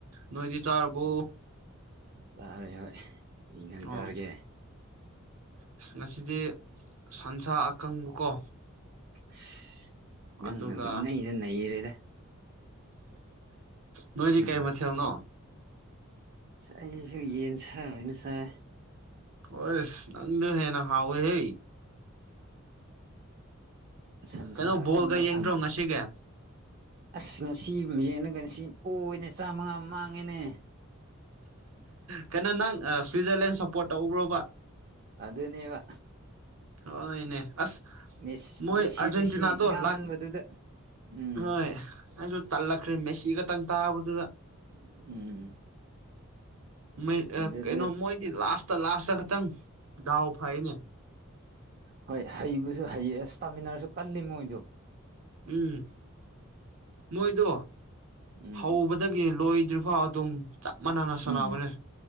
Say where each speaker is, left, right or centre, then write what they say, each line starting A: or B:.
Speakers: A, on the right; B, on the right.
A: ꯅꯣꯏꯗꯤ ꯆꯥꯔꯕꯣ
B: ꯑ ꯆꯥꯔꯦ ꯍꯣꯏ ꯀꯩ ꯏꯟꯖꯥꯡ
A: ꯑꯣ
B: ꯆꯥꯔꯒꯦ
A: ꯑꯁ ꯉꯁꯤꯗꯤ ꯁꯟꯁꯥ ꯑꯀꯪꯕꯀꯣ
B: <inaudible> ꯅꯪꯅꯕꯨ
A: ꯑꯗꯨꯒ
B: ꯏꯅꯩꯗ ꯅꯩꯔꯦꯗ
A: ꯅꯣꯏꯗꯤ
B: ꯎꯝ
A: ꯀꯩ ꯃꯊꯦꯜꯅꯣ
B: ꯑꯩꯁꯨ ꯌꯦꯟ ꯁꯥ ꯑꯣꯏꯅ ꯆꯥꯏ
A: ꯑꯣꯏꯁ ꯅꯪꯗꫭ ꯍꯦꯟꯅ ꯍꯥꯎꯋꯦꯍꯦ
B: ꯁꯟꯁꯥ
A: ꯀꯩꯅꯣ
B: ꯑꯀꯪꯕ
A: ꯕꯣꯜꯒ ꯌꯦꯡꯗ꯭ꯔꯣ
B: ꯐꯪ
A: ꯉꯁꯤꯒꯤ
B: ꯑꯁ ꯉꯁꯤ ꯃꯤꯌꯦꯟꯅꯥꯒ ꯉꯁꯤ ꯎ-ꯑꫭꯏꯅ ꯆꯥꯝꯃꯉꯥ ꯃꯥꯡꯉꯦꯅꯦ
A: ꯀꯩꯅꯣ ꯅꯪ ꯁ꯭ꯋꯤꯖꯔꯂꯦꯟ ꯁꯞꯄꯣꯔꯠ ꯇꯧꯕ꯭ꯔꯣꯕ꯫
B: ꯑꯗꯨꯅꯦꯕ
A: ꯑꯣꯏꯅꯦ ꯑꯁ
B: ꯃꯦꯁꯤ
A: ꯃꯣꯏ
B: ꯃꯦꯁꯤ
A: ꯑ꯭ꯔꯖꯦꯟꯇꯤꯅꯥꯗꯣ
B: ꯃꯦꯁꯤ ꯉꯥꯡꯃꯟꯕꯗꯨꯗ
A: ꯂꯥꯛ
B: ꯎꯝ
A: ꯍꯣꯏ ꯑꯩꯁꯨ ꯇꯜꯂꯛꯈ꯭ꯔꯦ ꯃꯦꯁꯤ ꯈꯠꯇꯪ ꯇꯥꯕꯗꯨꯗ
B: ꯎꯝ꯫
A: ꯃꯩ ꯔꯛ
B: ꯑꯗꯨꯗ
A: ꯀꯩꯅꯣ ꯃꯣꯏꯗꯤ ꯂꯥꯁꯇ ꯂꯥꯁꯇ ꯈꯇꯪ ꯗꯥꯎ ꯐꯩꯅꯦ꯫
B: ꯍꯣꯏ ꯍꯩꯕꯁꯨ ꯍꯩꯌꯦ ꯏꯁ ꯇꯥꯃꯤꯟꯅꯔꯁꯨ ꯀꯜꯂꯤ ꯃꯣꯏꯗꯨ
A: ꯎꯝ ꯃꯣꯏꯗꯣ
B: ꯎꯝ
A: ꯍꯧꯕ ꯗꯒꯤ ꯂꯣꯏꯗ꯭ꯔꯤꯐꯥꯎ ꯑꯗꯨꯝ ꯆꯞ ꯃꯥꯟꯅꯅ ꯁꯥꯟꯅꯕꯅꯦ꯫
B: ꯎꯝ